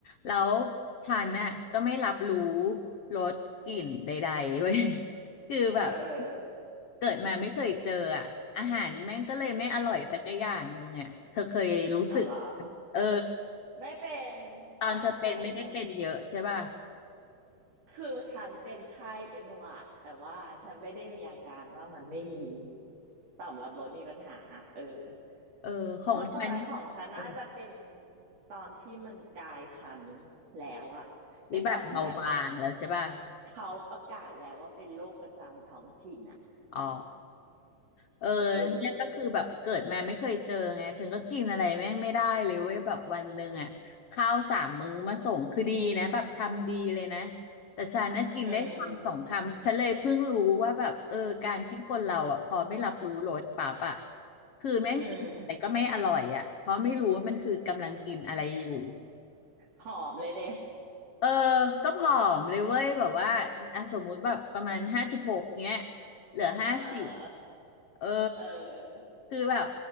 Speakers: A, on the left; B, on the right.
A: แล้วฉันน่ะก็ไม่รับรู้รสกลิ่นใดๆเว้ย <laughs> คือแบบ
B: เออ
A: เกิดมาไม่เคยเจออ่ะอาหารแม่งก็เลยไม่อร่อยสักอย่างหนึ่งอ่ะเธอเคยรู้สึก
B: เอาเหรอ
A: เออ
B: ไม่เป็น
A: ตอนเธอเป็นไม่ได้เป็นเยอะใช่ป่ะ
B: ฉันโควิดทั้ง คือฉันเป็นไข้เป็นหวัดแต่ว่าฉันไม่ได้มีอาการว่ามันไม่มีต่อมรับรสมีปัญหาเออ
A: เออของฉัน
B: เพราะตอนนั้นของฉันน่าจะเป็น
A: เออ
B: ตอนที่มันกลายพันธุ์แล้วอะเป็นตอนที่แบบอ่ะ
A: นี่แบบเบาบางแล้วใช่ป่ะ
B: เขาประกาศแล้วว่าเป็นโรคประจำท้องถิ่นอะ
A: อ๋อเออเนี่ยก็คือแบบเกิดมาไม่เคยเจอไงฉันก็กินอะไรแม่งไม่ได้เลยเว้ยแบบวันหนึ่งอ่ะข้าวสามมื้อมาส่งคือดีนะแบบทำดีเลยนะ
B: เออ
A: แต่ฉันน่ะกินได้คำสองคำฉันเลยเพิ่งรู้ว่าแบบเออการที่คนเราอ่ะพอไม่รับรู้รสปั๊บอ่ะ
B: อืม
A: คือแม่งกินอะไรก็ไม่อร่อยอ่ะเพราะไม่รู้ว่ามันคือกำลังกินอะไรอยู่
B: อืมผอมเลยเด้
A: เออ ก็ผอมเลยเว้ยแบบว่าอ่ะสมมุติแบบประมาณห้าสิบหกเนี้ยเหลือห้าสิบ
B: เออ
A: เออ
B: เออ
A: คือแบบ